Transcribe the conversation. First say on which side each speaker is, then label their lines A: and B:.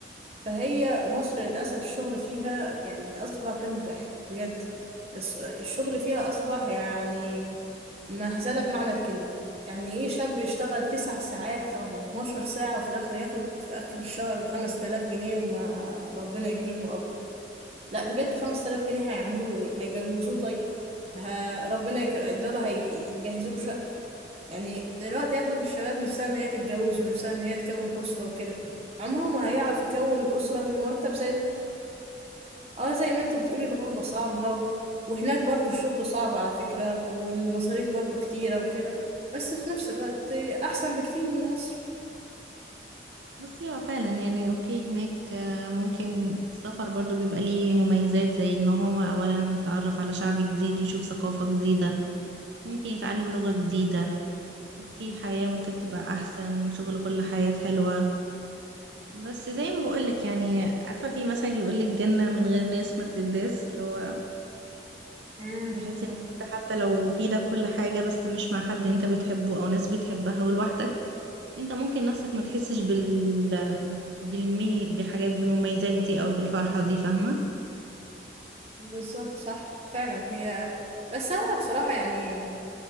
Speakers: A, on the right; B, on the right.
A: فهي مصر للاسف الشغل فيها يعني اصبح غير متاح بجد الس- الشغل فيها اصبح يعني مهزله بمعنى الكلمه يعني ايه شاب يشتغل تسع ساعات او 12 ساعه وفي الاخر ياخد في اخر الشهر 5000 جنيه وما ربنا يكرمه لا بجد 5000 جنيه هيعملوا له ايه هيجوزوه طيب ه... ربنا يكر... دول هيجهزوا له شقة يعني دلوقتي اغلب الشباب نفسها ان هي تتجوز ونفسها ان هي تكون اسرة وكده عمره ما هيعرف يكون اسرة بالمرتب زي ده اه زي ما انتي بتقولي الغربة صعبة و... وهناك برضو الشغل صعب على فكرة والمصاريف برضو كتيرة وكده بس في نفس الوقت احسن بكتير من مصر
B: بصي هو فعلا يعني اوكي هناك آه، ممكن السفر برضو بيبقى ليه مميزات زي ان هو اولا يتعرف على شعب جديد يشوف ثقافة جديدة ممكن يتعلم لغة جديدة اوكي حياة ممكن تبقى احسن شغل كل حياة حلوة بس زي ما بقولك يعني عارفة في مثل يقولك جنة من غير ناس ما تداس اللي هو
A: مم.
B: بحيث
A: مم.
B: انك انت حتى لو في ده كل حاجة بس مش مع حد انت بتحبه او ناس بتحبها ولوحدك انت ممكن نفسك ما تحسش بال بالمي بالحاجات بالمميزات دي او بالفرحة دي فاهمة
A: بالظبط صح فعلا هي بس انا بصراحة يعني